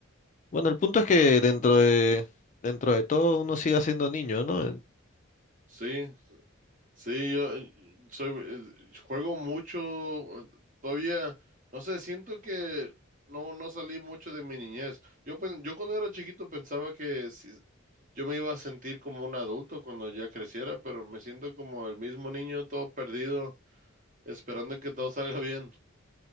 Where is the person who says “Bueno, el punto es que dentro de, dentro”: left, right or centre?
Left